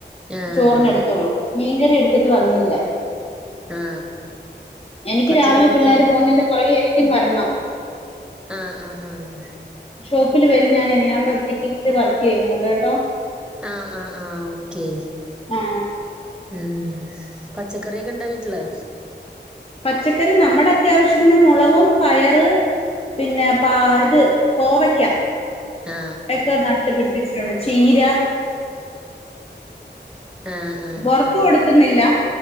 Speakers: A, in the centre; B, on the left.
A: ആ ആ
B: ചോറിന എടുത്തുള്ളൂ മീൻകറി എടുത്തിട്ട് വന്നില്ല
A: ആ
B: എനിക്ക്
A: പച്ചക്കറിയൊക്കെ
B: രാവിലെ പിള്ളോര്
A: ഉണ്ടോ
B: പോകുന്നതിന്റെ പുറകെ എനിക്കും വരണം
A: ആഹ് ആഹ് ആഹ്
B: ഷോപ്പിൽ വരും ഞാന് ഞാൻ ഒപ്റ്റിക്കൽസിൽ വർക്ക് ചെയ്യുന്നുണ്ട്ട്ടോ
A: ആഹ് ആഹ് ആഹ് ഓക്കെ
B: ആ
A: ഉം പച്ചക്കറിയൊക്കെ ഇണ്ടോ വീട്ടില്
B: പച്ചക്കറി നമ്മടെ അത്യാവശ്യത്തിന് മുളകും പയറ് പിന്നെ പ ഇത് കോവക്ക
A: ആ
B: ഒക്കെ ന ട്ട് പിടിപ്പിച്ചിട്ടുണ്ട് ചീര
A: ആ ആ
B: പൊറത്ത് കൊടുക്കുന്നില്ല